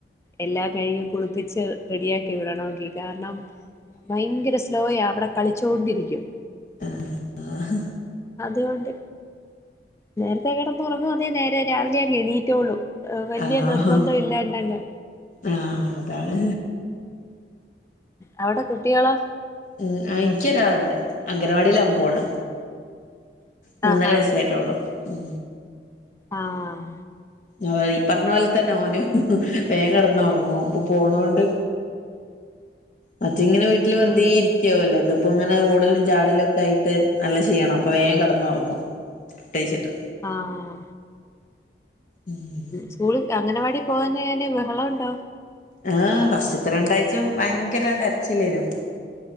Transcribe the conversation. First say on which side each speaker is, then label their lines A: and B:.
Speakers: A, on the left; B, on the left.
A: എല്ലാം കഴിഞ്ഞ് കുളിപ്പിച്ച് റെഡിയാക്കി വിടണോങ്കി കാരണം ഭയങ്കര സ്ലോയ അവ്ടെ കളിച്ചോണ്ടിരിക്യും
B: ആഹ്
A: അത്കൊണ്ട് നേര്ത്തെ കട്ന്നുറൊങ്ങോ അതേ നേരെ രാവിലെ യങ്ങ്എണീറ്റോളും വല്ല്യാ
B: ആഹ്
A: നിർബന്തൊഇല്ലാണ്ടങ്ങ്
B: ആഹ് അതാണ്
A: അവടെ കുട്ടികെളോ
B: ഉം ആ ഇൻക്യോരാള്ണ്ട് അംഗനവാടിയിലാ പോണേ മൂന്നെര
A: ആഹാ
B: വയസ്സായ്ട്ടാെള്ളൂ ഉം
A: ആഹ്
B: അതാ ഈ പർഞ്ഞ പോലെ തന്നെ ഓനും വേം കടന്ന് ഒറങ്ങും ഇപ്പൊ പോണോണ്ട് മറ്റേങ്ങനെ വീട്ട്ല് വെർതെഇരി
A: ഉം
B: ആവല്ലെ ഇത് ഇപ്പം ഇങ്ങനെ ഓടലും ചാടലും ഒക്കെ ആയിട്ട് നല്ല ക്ഷീണം അപ്പ വേകം കിടന്നുറങ്ങും ഫുഡ്ഡ്‌ കഴിച്ചിട്ട്
A: ആഹ്.
B: ഉം
A: സ്കൂൾ അങ്ങനവാടി പോകാഞ്ഞാൽ കഴ്ഞ ബഹളം ഉണ്ടൊ
B: ആഹ് ഫസ്റ്റ്ത്തെ രണ്ടാഴ്ച്ച ഭയങ്കര കരച്ചിലായിരുന്നു